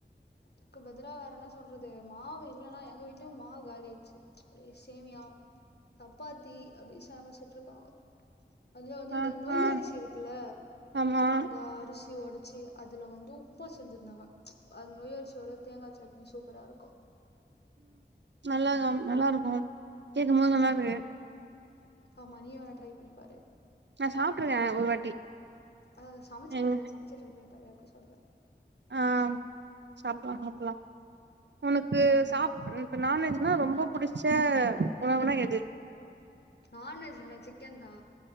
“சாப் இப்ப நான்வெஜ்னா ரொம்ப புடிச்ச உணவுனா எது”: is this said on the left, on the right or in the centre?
Right